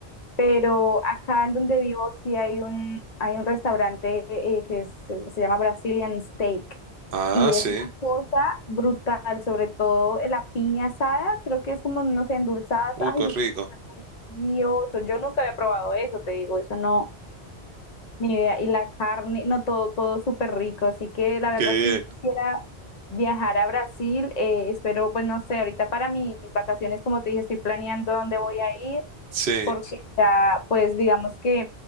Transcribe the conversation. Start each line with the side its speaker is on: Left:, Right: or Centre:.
Left: Pero acá en donde vivo sí hay un, hay un restaurante eh, que es- se se llama Brazilian Steak
Right: Ah,
Left: y es
Right: sí.
Left: una cosa brutal, sobre todo la piña asada, creo que es como, no sé, endulzadas,
Right: Uh,
Left: ay,
Right: qué rico.
Left: eso es tan delicioso, yo nunca había probado eso, te digo, eso no, ni idea, y la carne, no, todo, todo súper rico, así que la verdad
Right: Qué bien.
Left: sí quisiera viajar a Brasil, eh, espero, pues no sé, ahorita para mis vacaciones, como te dije, estoy planeando dónde voy a ir
Right: Sí,
Left: porque ya, pues digamos que